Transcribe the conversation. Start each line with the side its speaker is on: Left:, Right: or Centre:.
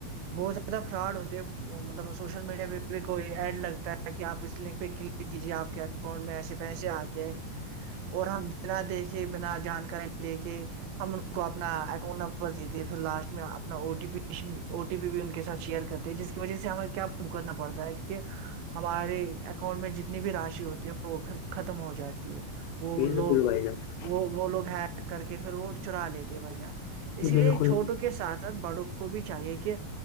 Right: بہت زیاد فراڈ ہوتی ہے مطلب سوشل میڈیا پہ بھی کوئی ایڈ لگتا ہے کہ آپ اس لنک پہ کل کیجے آپ کے اکاؤنٹ میں ایسے پیسے آتے ہیں اور ہم بنا دیکھے بنا جانکاری لے کے ہم کو اپنا اکاؤنٹ نمبر دیتے پھر لاسٹ میں اپنا اٹی پی او ٹی پی بھی ان کے ساتھ شیئر کرتے جس کی وجہ سے ہمیں کیا کرنا پڑتا ہے کہ ہمارے اکاؤنٹ میں جتنی بھی راشی ہوتی ہے وہ پھر ختم ہو جاتی ہے وہ
Left: بالکل
Right: لوگ
Left: بھائی جان
Right: وہ وہ لوگ ہیک کر کے پھر وہ چرا لیتے بجان اس لیے
Left: بالکل
Right: چھوٹوں کے ساتھ ساتھ بڑوں کو بھی چاہیے کہ